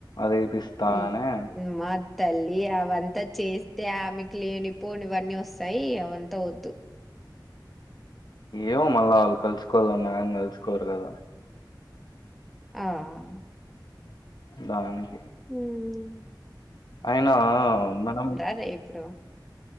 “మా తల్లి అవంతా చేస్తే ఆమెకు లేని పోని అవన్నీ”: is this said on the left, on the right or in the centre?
Centre